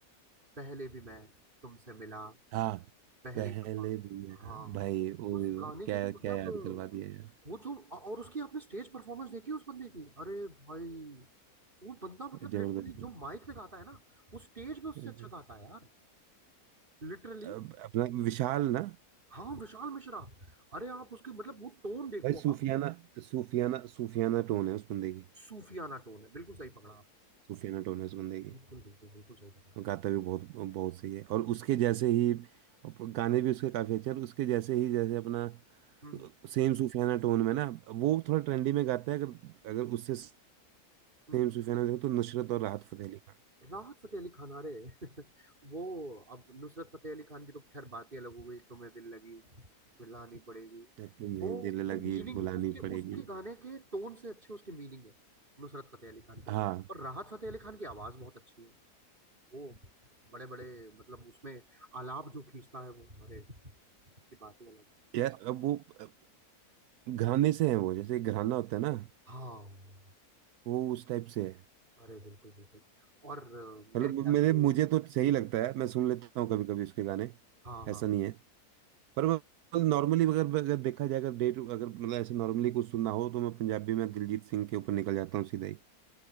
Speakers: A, on the right; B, on the right.
A: पहले भी मैं तुमसे मिला
B: हाँ
A: पहली
B: पहले
A: दफा
B: दुनिया
A: हाँ
B: भाई वो
A: उस
B: भी
A: गाने
B: क्या
A: की तो
B: क्या
A: मतलब
B: याद करवा दिया यार
A: वो जो और उसकी आपने स्टेज परफॉर्मेंस देखी उस बंदे की अरे भाई वो बंदा मतलब
B: जबरदस्त
A: लिटरली
B: है।
A: जो माइक पे गाता है ना वो स्टेज पे उससे
B: हम्म।
A: अच्छा गाता है यार लिटरली
B: अब अपना विशाल ना
A: हाँ विशाल मिश्रा अरे आप उसके मतलब वो टोन देखो
B: भाई सूफियाना
A: आप
B: सूफियाना सूफियाना टोन है उस बंदे की
A: सूफियाना टोन है बिल्कुल सही पकड़ा आपने
B: सूफियाना टोन है उस बंदे की
A: बिल्कुल बिल्कुल बिल्कुल सही पकड़ा
B: और गाता भी बहुत बहुत सही है और उसके जैसे ही और गाने भी उसके काफी अच्छे हैं और उसके जैसे ही जैसे अपना
A: हम्म
B: सेम सूफियाना टोन में ना वो थोड़ा ट्रेंडी में गाता है अगर अगर उससे सेम
A: हम्म
B: सूफियाना देखो तो नुसरत और राहत फतेह अली खान
A: राहत फतेह अली खान अरे <laughs> वो अब नुसरत फतेह अली खान की तो खैर बात ही अलग हो गई तुम्हें दिल लगी फिर लानी पड़ेगी
B: तुम्हें
A: वो
B: दिल
A: वो
B: लगी
A: मीनिंग
B: बुलानी
A: उसके
B: पड़ेगी
A: उसके गाने के टोन से अच्छे उसके मीनिंग है नुसरत फतेह अली खान के
B: हाँ
A: और राहत फतेह अली खान की आवाज बहुत अच्छी है वो बड़े बड़े मतलब उसमें आलाप जो खींचता है वो अरे उसकी बात ही अलग है
B: यार अब वो अब घराने से है वो जैसे घराना होता है ना
A: हाँ
B: वो उस टाइप से है
A: अरे बिल्कुल बिल्कुल और अ,
B: मतलब
A: मेरे ख्याल
B: मेरे
A: से
B: मुझे तो सही लगता है मैं सुन लेता हूँ कभी कभी उसके गाने
A: हाँ
B: ऐसा
A: हाँ
B: नहीं है पर नॉर्मली अगर अगर देखा जाए अगर डे टू अगर मतलब ऐसे नॉर्मली कुछ सुनना हो तो मैं पंजाबी में दिलजीत सिंह के ऊपर निकल जाता हूँ सीधा ही